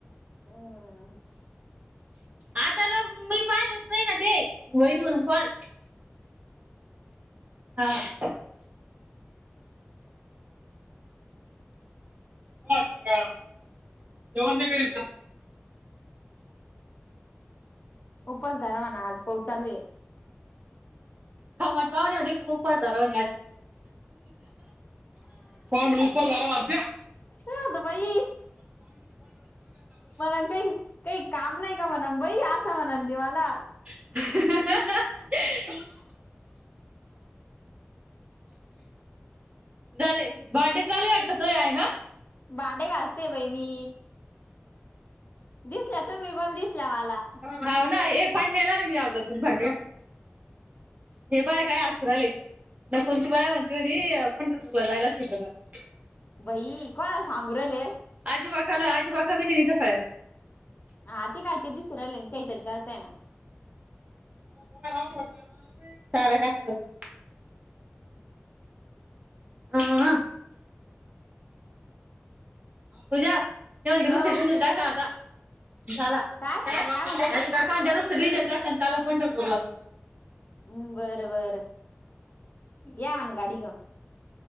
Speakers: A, on the left; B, on the right.
A: हो.
B: आता ल मी पाहिलच नाही ना ते, होईल म्हणून कॉल. हा हा. जेवण नाही करीत का?
A: उपास धरा म्हना आज पाऊस चालूये.
B: खमट पावणी म्हनी उपास धरा म्हनी <unintelligible>
A: ह त बाई मला काही काही. काम नाही का म्हणून बई, असं म्हण ते मला.
B: ह <unintelligible> झाले, भांडे चाले वाटत तुया आई न.
A: भांडे घाासते बाई मी. दिसल्या तुम्ही पण दिसल्या मला
B: हाऊ ना हे पन्याला मी आवरा मी भांडे घास हे बाया काय आसरायलय ना कोणची बाया म्हणते हो पंढरपूरला जायला शिका जरा
A: बई कोणाला सांगूरहले
B: आजूबाकाला आजू काका बी नाही कळत
A: हा ते काय ते दिसू राहिले, काहीतरी करताय ना.
B: <unintelligible> चारा टाकू राहीली, ह ह. पूजा ते म्हणता
A: हो
B: दुसऱी रिफिन टाका आता झाला.
A: काय
B: ते म्हणत्या
A: काय म्हणू राहिले
B: नुसतं डझल् टाकान, चाला पंढरपूरला.
A: हम्म, बर बर या म्हण गाडी घेऊन.